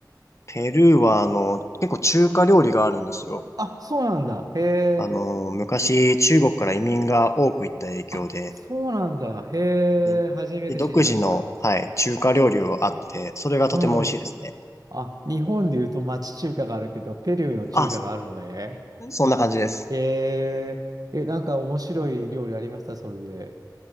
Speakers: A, on the left (about 40°); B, on the right (about 60°).
A: ペルーは、あの、結構中華料理があるんですよ。
B: あ、そうなんだ。へえ。
A: あの、昔、中国から移民が多く行った影響で、
B: あ、そうなんだ。へえ。
A: で、
B: 初めて知りました。
A: で独自の、はい、中華料理があって、それがとても美味しいですね。
B: うん。あ、日本で言うと町中華があるけど、ペルーの中華があるのね。
A: あ、そそんな感じです。
B: へえ。え、なんか面白い料理ありましたそれで。